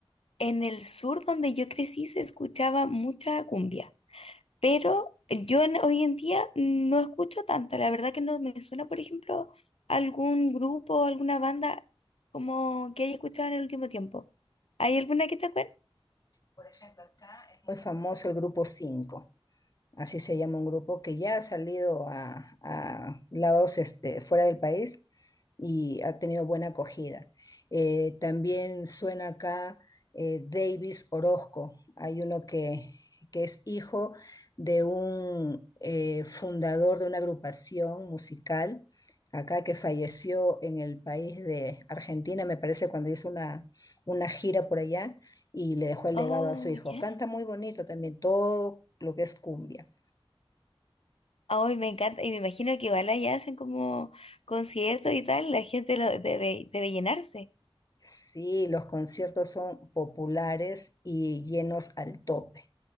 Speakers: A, on the left (about 80°); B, on the left (about 40°).
A: en el sur donde yo crecí se escuchaba mucha cumbia, pero yo en- hoy en día no escucho tanta. La verdad que no me suena, por ejemplo, algún grupo, alguna banda como que haya escuchado en el último tiempo. ¿Hay alguna que te acuerdes?
B: Por ejemplo, acá es Muy famoso el grupo cinco así se llama un grupo que ya ha salido a, a lados este, fuera del país y ha tenido buena acogida. Eh, también suena acá eh, Davis Orozco, hay uno que, que es hijo de un eh, fundador de una agrupación musical acá que falleció en el país de Argentina, me parece, cuando hizo una, una gira por allá y le dejó el legado
A: Oh,
B: a su hijo.
A: ya.
B: Canta muy bonito también, todo lo que es cumbia.
A: Ay, me encanta, y me imagino que igual allá hacen como conciertos y tal, la gente lo debe, debe llenarse.
B: Sí, los conciertos son populares y llenos al tope.